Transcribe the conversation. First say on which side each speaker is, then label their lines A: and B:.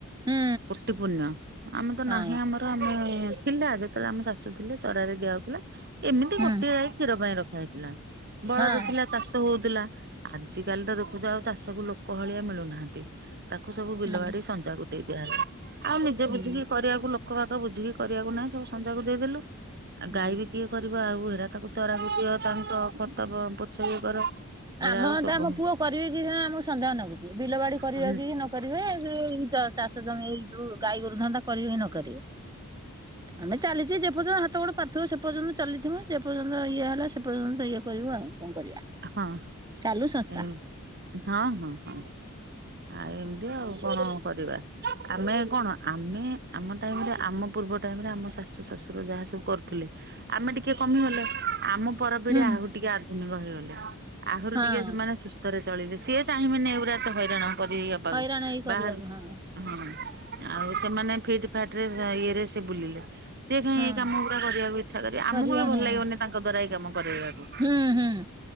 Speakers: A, on the right; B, on the right.
A: ହୁଁ
B: କୋଟି ପୁନ୍ୟ ଆମେ ତ
A: ହଁ
B: ନାହିଁ ଆମର ଆମେ ଥିଲା ଯେ ଯେତଳେ ଆମ ଶାଶୁ ଥିଲେ ଚରା ରେ ଦିଆହଉଥିଲା। ଏମିତି
A: ହୁଁ
B: ଗୋଟିଏ ଗାଇ କ୍ଷୀର ପାଇଁ ରଖା ହେଇଥିଲା ବଳଦ
A: ହଁ
B: ଥିଲା ଚାଷ ହଉଥିଲା। ଆଜିକାଲି ତ ଦେଖୁଛ ଆଉ ଚାଷ କୁ ଲୋକ ଭଳିଆ ମିଳୁନାହାନ୍ତି। ତାକୁ ସବୁ ବିଲ
A: ହୁଁ
B: ବାଡି ସଂଜାକୁ ଦେଇ ଦିଆହେଲା ଆଉ ନିଜେ
A: ହୁଁ
B: କିଛିବି କରିବାକୁ ଲୋକ ବାକ ବୁଝିକି କରିବାକୁ ନାହିଁ ସବୁ ସଂଜାକୁ ଦେଇଦେଲୁ ଆଉ
A: ହୁଁ।
B: ଗାଈ ବି କିଏ କରିବା ଆଉହେରା ତାକୁ ଚରାକୁ ଦିଅ ତାଙ୍କ ଖତବ ପୋଛ ବିଏ କର। ଏରା
A: ଆମ
B: ଆଉ ଶୋଭ
A: ତ ଆମ ପୁଅ କରିବେ କି ଆମକୁ ସନ୍ଦେହ ନାଗୁଛି ବିଲ ବାଡି କରିବେ
B: ହଁ
A: କି କରିବେ ଚାଷ ଜମି ଏଇ ଯୋଉ ଗାଈ ଗୋରୁଧନ୍ଦା କରିବେ କି ନ କରିବେ। ଆମେ ଚାଲିଛି ଯେପର୍ଯ୍ୟନ୍ତ ହାତ ଗୋଡ ତ ସେ ପର୍ଯ୍ୟନ୍ତ ଚାଲିଥିବ ସେ ପର୍ଯ୍ୟନ୍ତ ଇଏ ହେଲା ସେ ପର୍ଯ୍ୟନ୍ତ ଇଏ କରିବୁ ଆଉ କଣ କରିବା।
B: ହଁ
A: ଚାଲୁ ସଂସ୍ଥା
B: ଏ ହଁ ହଁ ହଁ। ଆଉ ଏମିତି ଆଉ କଣ କରିବା। ଆମେ କଣ ଆମେ ଆମ ଟାଇମରେ ଆମ ପୂର୍ବ ଟାଇମରେ ଆମ ଶାଶୁ ଶଶୁର ଯାହା ସବୁ କରୁଥିଲେ ଆମେ ଟିକେ କମିଗଲେ ଆମ ପରପିଢି
A: ହୁଁ
B: ଆହୁରି ଟିକେ ଆଧୁନିକ ହେଇଗଲେ। ଆହୁରି
A: ହଁ।
B: ଟିକେ ସେମାନେ ସୁସ୍ଥରେ ଚଳିବେ ସିଏ ଚାହିଁବେନି ଏଗୁଡ଼ା ଏତେ ହଇରାଣ କରି ହବାକୁ
A: ହଇରାଣ ହେଇ କରିବାକୁ
B: ବାହାରୁ
A: ହଁ
B: ହଁ ଆଉ ସେମାନେ ଫିଟ ଫାଟ ରେ ଇଏରେ ସେ ବୁଲିଲେ ସିଏ କାଇଁ
A: ହଁ
B: ଏଇ କାମ ଗୁରା କରିବାକୁ ଇଚ୍ଛା କରିବେ ଆମକୁ
A: କରିବା
B: ବି ଭଲ
A: ହଁ
B: ଲାଗିବନି ତାଙ୍କ ଦ୍ଵାରା ଏଇ କାମ କରାଇବାକୁ।
A: ହୁଁ ହୁଁ।